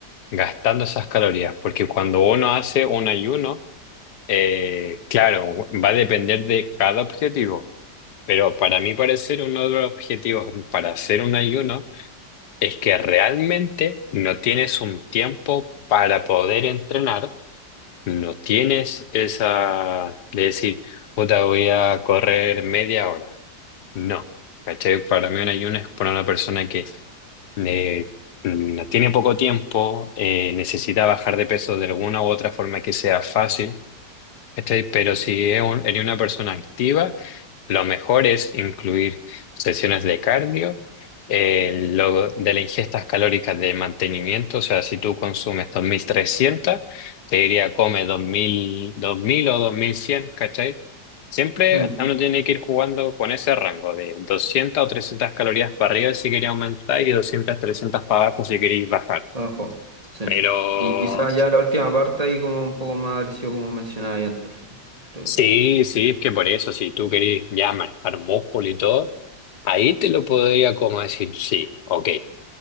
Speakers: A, on the left; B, on the right.
A: gastando esas calorías, porque cuando uno hace un ayuno, eh, claro, va a depender de cada objetivo, pero para mí parecer uno de los objetivos para hacer un ayuno es que realmente no tienes un tiempo para poder entrenar, no tienes esa de decir, puta, voy a correr media hora. No, ¿cachai? Para mí un ayuno es para una persona que eh, no tiene poco tiempo, eh, necesita bajar de peso de alguna u otra forma que sea fácil. ¿cachai? Pero si es un- eres una persona activa, lo mejor es incluir sesiones de cardio, eh, lo de las ingestas calóricas de mantenimiento, o sea, si tú consumes dos mil trescientas te diría come dos mil dos mil o dos mil cien ¿cachai? Siempre
B: mm.
A: uno tiene que ir jugando con ese rango de 200 o 300 calorías para arriba si quería aumentar y doscientas trescientas para abajo si queréis bajar.
B: Abajo, sí.
A: pero
B: Y quizás ya la última parte ahí como un poco más agresivo como mencionaba ahí antes. Estoy-
A: Sí, sí, es que por eso, si tú querés ya manejar músculo y todo, ahí te lo podría como decir, sí, ok,